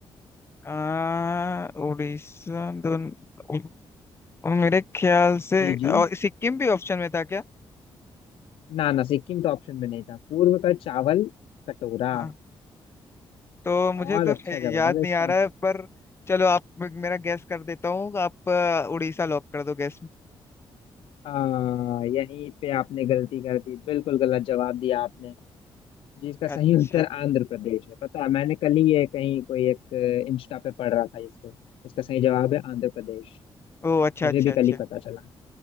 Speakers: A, on the left; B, on the left.
A: आ, उड़ीसा दोन- उ- मेरे ख्याल से
B: जी जी
A: और सिक्किम भी ऑप्शन में था क्या
B: ना ना सिक्किम तो ऑप्शन में नहीं था पूर्व का चावल कटोरा
A: हाँ। तो मुझे
B: और
A: तो
B: अच्छा जवाब
A: याद
B: है
A: नहीं
B: इसका
A: आ रहा है पर चलो आप मेरा गैस कर देता हूँ आप अ, उड़ीसा लॉक कर दो गैस में
B: आ, यहीं पे आपने गलती कर दी बिल्कुल गलत जवाब दिया आपने जिसका सही
A: अच्छा
B: उत्तर आंध्र प्रदेश है पता है मैंने कल ही ये कहीं कोई एक इंस्टा पे पढ़ रहा था इसको इसका सही जवाब है आंध्र प्रदेश
A: ओ अच्छा
B: मुझे
A: अच्छा
B: भी
A: अच्छा
B: कल ही पता चला